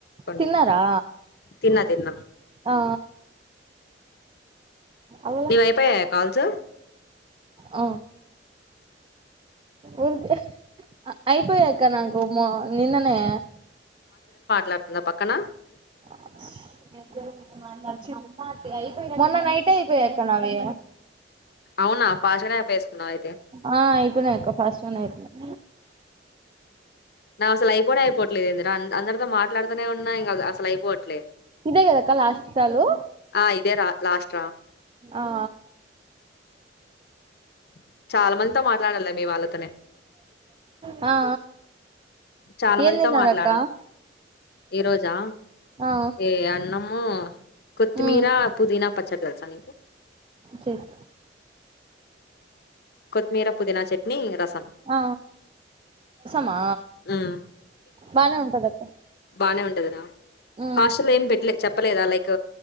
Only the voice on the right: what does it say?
తిన్నారా
ఆ అవ్వల
ఆ ఊర్ది అయిపోయాక్క నాకు నిన్ననే
<inaudible> <inaudible> మొన్న నైట్ అయిపోయాక్క నావి
ఆ అయిపోయినాయి అక్క ఫస్ట్ వన్ అయిపోయినాయి
ఇదే కదక్క లాస్ట్ కాలు
ఆ
ఆ ఆ
ఏం
తిన్నారక్క
ఆ
ఉమ్
చెప్
ఆ మా
బానే ఉంటదక్క
ఉమ్